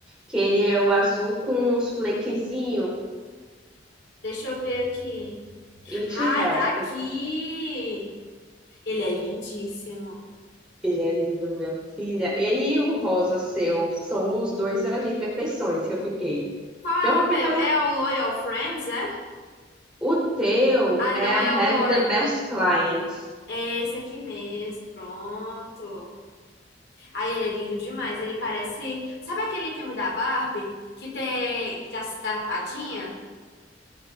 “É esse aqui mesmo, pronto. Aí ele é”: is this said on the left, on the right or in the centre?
Left